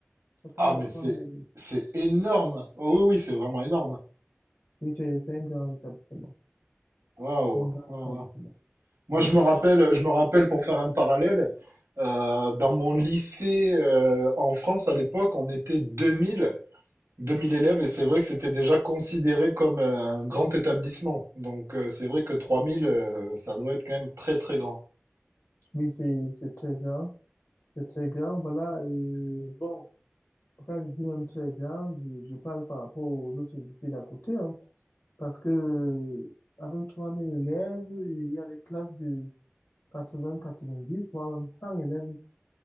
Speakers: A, on the left (about 70°); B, on the right (about 85°).
A: Autant
B: Ah
A: de
B: mais
A: trois
B: c'est
A: mille élèves.
B: c'est énorme. Oh oui oui, c'est vraiment énorme.
A: Oui, c'est c'est un grand établissement.
B: Waouh,
A: C'est un grand
B: waouh,
A: établissement.
B: waouh. Moi
A: Oui.
B: je me rappelle je me rappelle pour faire un parallèle euh, dans mon lycée euh, en France à l'époque, on était 2000 2000 élèves et c'est vrai que c'était déjà considéré comme euh, un grand établissement. Donc euh, c'est vrai que 3000 euh, ça doit être quand même très très grand.
A: Oui, c'est c'est très grand. C'est très grand. Voilà. euh, bon, quand je dis même très grand, je, je parle par rapport aux autres lycées d'à côté. hein. Parce que avec 3000 élèves, il y a des classes de quatre-vingts quatre-vingt-dix voire même 100 élèves.